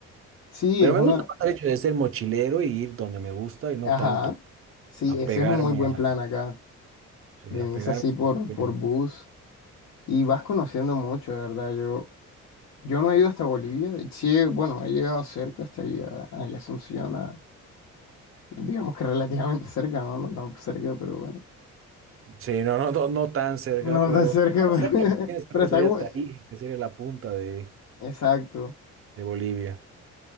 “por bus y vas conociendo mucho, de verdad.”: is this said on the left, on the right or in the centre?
Left